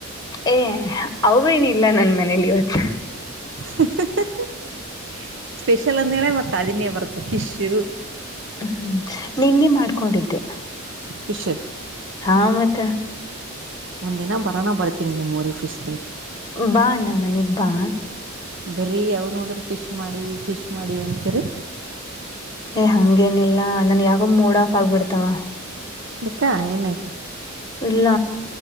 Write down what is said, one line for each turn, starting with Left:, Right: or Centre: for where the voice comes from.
Left: ಏ ಅವೇನ ಇಲ್ಲ ನನ್ ಮನೇಲಿ ಇವತ್ತು
Right: ಹ <inaudible> ಸ್ಪೆಷಲ್ ಅಂದ್ರೇನೇ ಮತ್ತತ್ ಅದನ್ನೇ ಬರ್ತ ಫಿಶು
Left: ಹ್ಮ್ಮ್ ನಿನ್ನೆ ಮಾಡ್ಕೊಂಡಿದ್ದೆ
Right: ಫಿಶ್
Left: ಹಾ ಮತ್ತ
Right: ಒಂದ್ ದಿನ ಬರೋನ ಬರ್ತೀನಿ ನಿಮ್ ಊರಿಗೆ ಫಿಸ್
Left: ಬಾ ನಮ್ಮ ಮನಿಗೆ ಬಾ
Right: ಬರಿ ಯಾವಾಗ ನೋಡದ್ರೆ ಫಿಶ್ ಮಾಡಿ ಫಿಶ್ ಮಾಡಿ ಅಂತರಿ
Left: ಏ ಹಂಗೇನಿಲ್ಲ ನನ್ ಯಾವಾಗ ಮೂಡ್ ಆಫ್ ಆಗ್ಬಿಡ್ತಾವ
Right: ಎಕ್ಕಾ ಏನಾಯ್ತಾ
Left: ಇಲ್ಲ